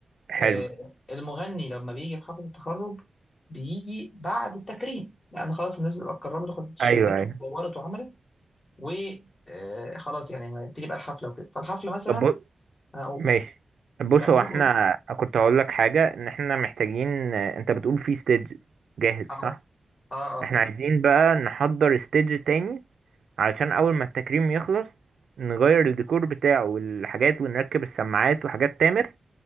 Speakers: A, on the right; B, on the left.
A: حلو
B: آه المغني لما بيجي في حفله التخرج بيجي بعد التكريم لان خلاص الناس بتبقى اتكرمت وخدت الشهادات
A: ايوه ايوه
B: واتطورت وعملت و آه، خلاص يعني هنبتدي بقى الحفله وكده فالحفله مثلا
A: طب
B: هقول
A: ماشي بص
B: لا قول
A: هو احنا
B: قول
A: كنت هقول لك حاجة ان احنا محتاجين انت بتقول في ستيج جاهز
B: اه
A: صح
B: اه
A: احنا عايزين بقى نحضر ستيج تاني علشان اول ما التكريم يخلص نغير الديكور بتاعه والحاجات ونركب السماعات وحاجات تامر